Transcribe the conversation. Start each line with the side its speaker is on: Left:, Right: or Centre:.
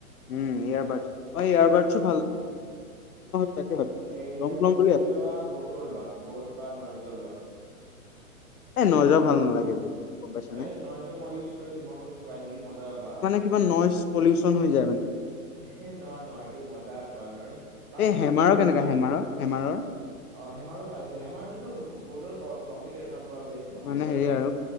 Left: উম, এয়াৰবাৰ্ডছ, এয়াৰবাৰ্ডচো ভাল <unintelligible>
Right: এ, ইয়াৰ
Left: ল'ম
Right: বাদছ
Left: ল'ম বুলি
Right: তুমি
Left: আছো।
Right: লোৱা, ব'টৰ লোৱা, ব'ট বা নয়জৰ লোৱা
Left: এ নইছৰ ভাল নালাগে। গম পাইছানে
Right: এ নইছৰ মই ইউজ কৰিছোঁ, মই কৈছো কোৱালিটী মজা পাবা।
Left: কিমান নইচ পলিউচন হৈ যায় মানে।
Right: এ, নহয়, নহয়, এইটো মজা পাবা, নহয় বা
Left: এই
Right: তুমি
Left: হেমাৰৰ
Right: বডৰ
Left: কেনেকা
Right: লোৱা
Left: হেমাৰৰ হেমাৰৰ
Right: অ', হেমাৰো ভাল আছে, হেমাৰতো বৰ্ডৰ কম্পিটিট ন? পুৰা বেষ্ট কম্পিটিটৰ
Left: মানে হেৰি আৰু